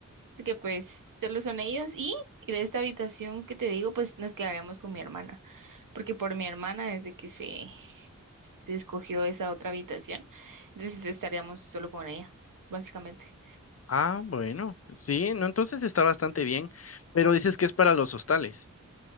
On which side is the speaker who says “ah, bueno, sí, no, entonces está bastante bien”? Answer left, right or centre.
Left